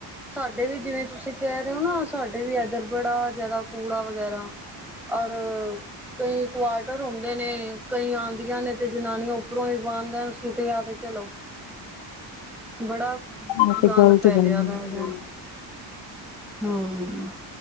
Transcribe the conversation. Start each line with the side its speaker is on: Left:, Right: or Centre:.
Centre: ਸਾਡੇ ਵੀ ਜਿਵੇਂ, ਤੁਸੀਂ ਕਹਿ ਰਹੇ ਹੋ ਨਾ ਸਾਡੇ ਵੀ ਇੱਧਰ ਬੜਾ ਜ਼ਿਆਦਾ ਕੂੜਾ ਵਗੈਰਾ, ਔਰ ਕਈ ਕੁਆਟਰ ਹੁੰਦੇ ਨੇ, ਕਈ ਆ। ਆਂ ਨੇ ਤੇ ਜਨਾਨੀਆਂ ਉੱਪਰੋਂ ਹੀ ਬਾਂਦਾ ਸੁੱਟਿਆ ਤੇ ਚਲੋ, ਬੜਾ
Left: ਇਹ ਤੇ
Centre: ਗੰਦ
Left: ਗ਼ਲਤ
Centre: ਫੈਲਿਆ
Left: ਗੱਲ ਹੈ।
Centre: ਪਿਆ ਹੈਗਾ, ਹੂੰ।